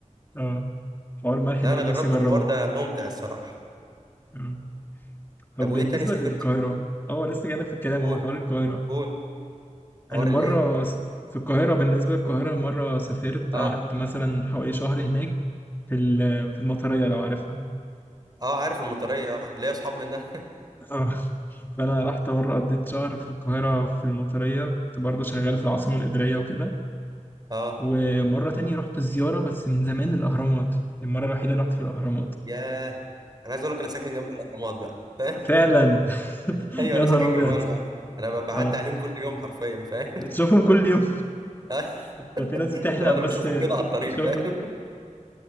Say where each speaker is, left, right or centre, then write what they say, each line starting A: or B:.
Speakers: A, on the left; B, on the right.
A: اه حوار الملح
B: لا
A: ده
B: أنا
A: اللي
B: جربت
A: نفسي أجربه
B: الحوار ده ممتع الصراحة
A: آه. طب
B: طب وإيه
A: بالنسبة
B: تاني سافرت؟
A: للقاهرة اه لسه جايلك في الكلام
B: قول
A: هو حوار القاهرة
B: قول
A: أنا
B: حوار
A: مرة
B: الإيه؟
A: س- في القاهرة بالنسبة للقاهرة مرة سافرت
B: أه
A: قعدت مثلا حوالي شهر هناك في ال- في المطرية لو عارفها
B: أه عارف المطرية أه ليا أصحاب منها
A: اه فأنا رحت مرة قضيت شهر في القاهرة في المطرية كنت برضو شغال في العاصمة الإدارية وكده
B: <laughs> أه
A: ومرة تانية رحت الزيارة بس من زمان الأهرامات المرة الوحيدة اللي رحت في الأهرامات
B: ياه أنا عايز أقول لك أنا ساكن جنب الأهرامات بقى
A: ففعلا
B: <laughs>
A: <laughs>
B: ايوه
A: يا
B: انا
A: نهار
B: ساكن
A: أبيض
B: جنبهم انا ب... انا ب- بعدي
A: اه
B: عليهم كل يوم حرفيا فاهم
A: بتشوفهم كل يوم
B: <laughs>
A: <laughs> ده في ناس بتحلم
B: لو انا
A: بس
B: بشوفهم كده على الطريق
A: تشوفها
B: فاهم